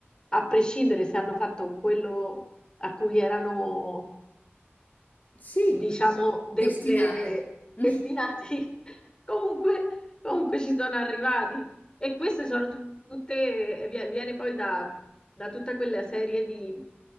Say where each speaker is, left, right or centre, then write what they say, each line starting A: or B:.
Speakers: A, on the left; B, on the left.
A: a prescindere se hanno fatto quello a cui erano
B: Sì,
A: diciamo,
B: destinate.
A: de- de-
B: <laughs>
A: destinati, <laughs> comunque, comunque ci sono arrivati. E queste sono tut- tutte, vie- viene poi da, da tutta quella serie di,